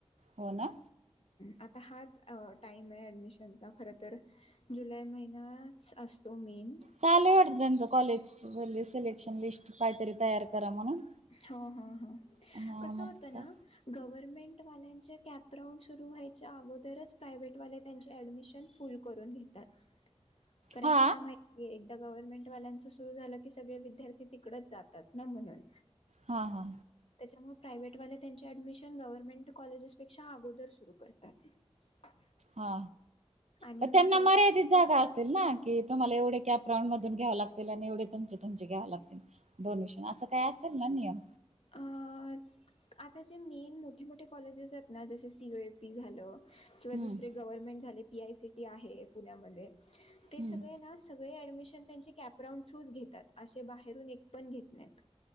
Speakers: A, on the right; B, on the left.
A: हो ना
B: आता हाच टाईम आहे ॲडमिशनचा खरं तर जुलै महिनां च असतो मेन
A: चालेय वाटतं त्यांचं कॉलेज सिलेक्शन लिस्ट काहीतरी तयार करा म्हणून
B: हम हम हम्मं
A: हा
B: कसं
A: मग
B: होतं
A: त्याचा
B: ना गव्हर्मेंट वाल्यांचे कॅप राउंड सुरू व्हायच्या अगोदरच प्रायव्हेटवाले त्यांचे ऍडमिशन फुल करून घेतात कारण
A: हा
B: त्यांना माहि एकदा गव्हर्नमेंट वाल्यांचं सुरु झालं की सगळे विद्यार्थी तिकडच जातात ना म्हणून
A: हा हा
B: त्येच्यामुळ प्रायव्हेटवाल्या त्यांची ऍडमिशन गव्हर्नमेंट कॉलेजेसपेक्षा अगोदर सुरू करतात. <unintelligible>
A: हा
B: आणि
A: हा
B: मग
A: त्यांना
B: गव्ह
A: मर्यादित जागा असतील ना, की तुम्हाला एवढे कॅप राउंड मधून घ्याव लागतील आणि एवढे तुमचे, तुमचे घ्याव लागतील डोनेशन असं काय असेल ना नियम?
B: आं, आता जे मेन मोठे मोठे कॉलेजेस आहेत ना जसे सी य ए पी झालं किंवा
A: हम्म
B: दूसरे गव्हरमेंट झाले पी आय सी टी आहे पुण्यामध्ये ते
A: हम्म
B: सगळे ना सगळे ऍडमिशन त्यांचे कॅपराउंड थ्रूच घेतात असे बाहेरून एक पण घेत नाहीतं.